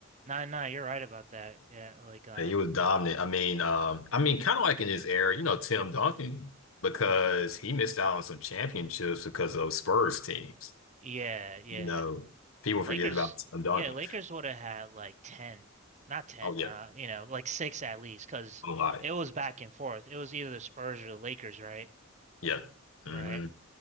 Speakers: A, on the right; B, on the left.
A: no, no, you're right about that. Yeah, like um,
B: Yeah, he was dominant. I mean, um, I mean, kind of like in his era, you know, Tim Duncan, because he missed out on some championships because of Spurs teams.
A: yeah, yeah.
B: You know, people
A: Lakers,
B: forget about Tim Duncan.
A: yeah, Lakers would have had like ten, not ten,
B: Oh yeah,
A: uh, you know, like six at least, because
B: oh lie,
A: it was back and forth. It was either the Spurs or the Lakers, right?
B: yeah, hmm
A: Right.